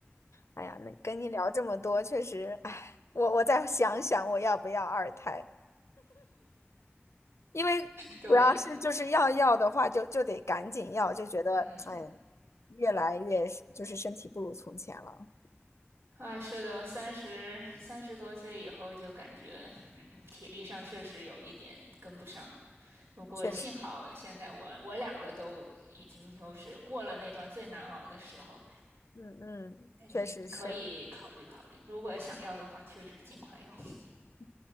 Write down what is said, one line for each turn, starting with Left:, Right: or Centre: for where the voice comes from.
Left: 哎呀，那跟你聊这么多，确实，哎，我我再想想我要不要二胎，因为主要是就是要要的话就，
Right: 对，
Left: 就得赶紧要，就觉得哎，
Right: 嗯。
Left: 越来越是就是身体不如从前了，
Right: 啊，是的，三十三十多岁以后就感觉，嗯，体力上确实有一点跟不上。不过幸好现在我我两个都已经就是过了那段最难熬的时候。
Left: 确实，嗯嗯，
Right: 嗯，
Left: 确实是，
Right: 你可以考虑考虑，如果想要的话，确实尽快要。
Left: 嗯